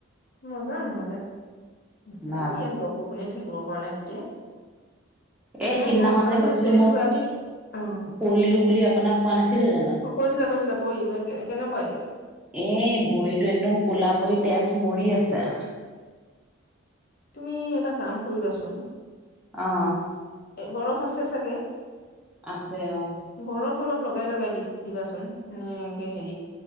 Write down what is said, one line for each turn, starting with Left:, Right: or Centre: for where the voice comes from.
Left: মজা নহলে আৰু
Centre: ভাল
Left: ইয়াত গপ গপনিয় থাকিব। কোৱা নাই গোটে।
Centre: এই
Left: ভাই
Centre: সিদিনাখন
Left: বোৱ অশান্তি
Centre: যে কৈছিলো
Left: হৈছে এইটো
Centre: মই
Left: ৰাতি অ,
Centre: পৰিলো বুলি আপোনাক কোৱা নাছিলো জানো
Left: অ, কৈছিলা- কৈছিলা পঢ়ি কেনেকুৱা এতিয়া।
Centre: এ ভৰিটো একদম কলা পৰি তেজ মৰি আছে।
Left: তুমি এটা কাম কৰিবাচোন।
Centre: অ',
Left: বৰফ আছে চাগে?
Centre: আছে অ'।
Left: বৰফ অলপ লগাই লগাই দি দিবাচোন এ হেৰি